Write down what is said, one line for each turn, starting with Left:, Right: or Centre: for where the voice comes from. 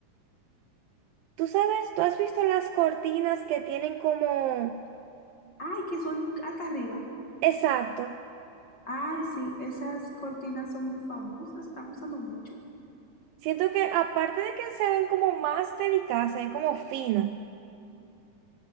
Right: Tú sabes, tú has visto las cortinas que tienen como,
Left: Ay, que son hasta arriba.
Right: exacto,
Left: Ay, sí, esas cortinas son muy famosas, se están usando mucho.
Right: siento que aparte de que se ven como más delicadas, se ven como fino.